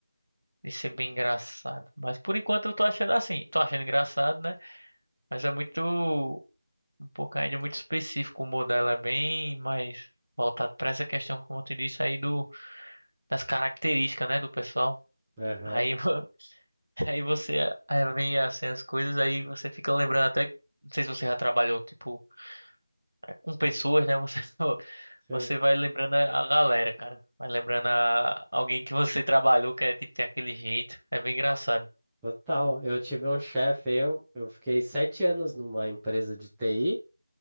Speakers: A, on the right; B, in the centre.
A: de ser bem engraçado. Mas por enquanto eu tô achando assim, tô achando engraçado, né? Mas é muito, um pouco ainda muito específico o modelo, é bem mais voltado para essa questão, como eu te disse, aí do, das características, né, do pessoal.
B: aham,
A: Aí, vo- <laughs> aí você, aí vem assim as coisas, aí você fica lembrando até, não sei se você já trabalhou, tipo, é, com pessoas, né, você, <laughs>
B: sim.
A: você vai lembrando a a galera, cara. Vai lembrando a alguém que você trabalhou, que é tipo, tem aquele jeito. É bem engraçado.
B: Total. Eu tive um chefe, eu, eu fiquei sete anos numa empresa de TI